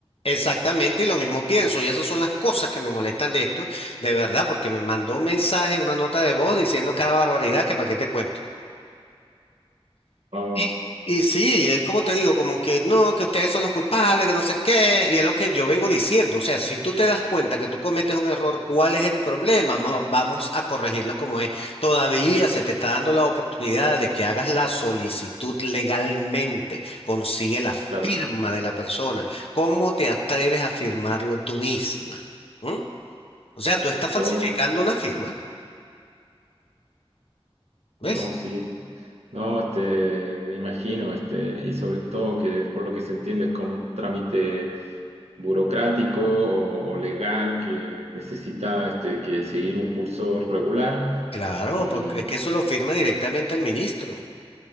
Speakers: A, on the left; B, on the right.
A: Exactamente, y lo mismo pienso, y esas son las cosas que me molestan de esto, de verdad, porque me mandó un mensaje, una nota de voz diciendo cada barbaridad que para qué te cuento.
B: Oh,
A: Y, y sí, es como te digo, como que no, que ustedes son los culpables, que no sé qué, y es lo que yo vengo diciendo. O sea, si tú te das cuenta que tú cometes un error, ¿cuál es el problema? Mo- Vamos a corregirlo como es. Todavía se te está dando la oportunidad de que hagas la solicitud legalmente, consigue la firma
B: claro.
A: de la persona. ¿Cómo te atreves a firmarlo tú misma? ¿Mm? O sea, tú estás falsificando
B: Oh,
A: una firma, ¿ves?
B: No, sí. No, este, me imagino, este, y sobre todo que por lo que se entiende es como un trámite burocrático o, o legal que necesita este, que seguir un curso regular.
A: Claro,
B: Y,
A: porque es que eso lo firma directamente el ministro.